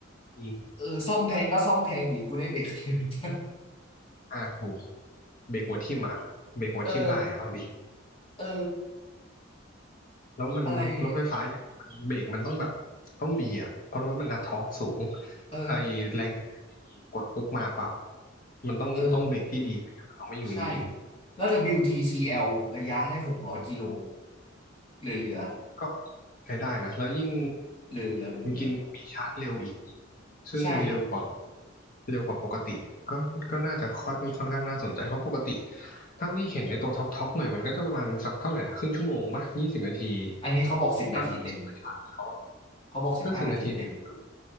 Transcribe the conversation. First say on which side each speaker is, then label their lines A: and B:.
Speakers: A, on the left; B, on the left.
A: อี
B: เออซ่อมแพงก็ซ่อมแพงอีกกูได้เบรกคอนติเนนทัล
A: ห้าหกเบรกหัวทิ่มอะเบรกหัวทิ่มได้อะเอาดิ
B: เออ เออ
A: แล้วมันรถไฟฟ้าอย่างเงี้ยมันเบรกมันต้องแบบต้องดีอ่ะเพราะรถมันอะทอร์กสูง
B: อะไรอย่างงี้เออ
A: ไอแรงเฉื่อยไม่มีกดปุ๊บมาปั๊บมันต้องต้องเบรกที่ดีไม่งั้นมันเอาไม่อยู่จริง
B: เออใช่แล้วดับเบิลยูที t c l ระยะได้หกร้อยกิโลเหลือ เหลือ
A: ก็ใช้ได้นะแล้วยิ่ง
B: เหลือ เหลือเหลือเหลือ
A: คุณกินมีชาร์จเร็วอีกซึ่งเร็วกว่า
B: ใช่
A: เร็วกว่าปกติก็ก็น่าจะค่อนค่อนข้างน่าสนใจเพราะปกติเท่าที่เห็นในตัวท็อปท็อปหน่อยมันก็จะประมาณสักเท่าไหร่อะครึ่งชั่วโมงปะยี่สิบนาที
B: อันนี้เขาบอกสิบนาทีเต็ม
A: ถ้าแบบซุปเปอร์ชาร์จเขาอะ
B: เขาบอกสิบห้านาทีเต็ม
A: ถ้าสิบนาทีเต็มก็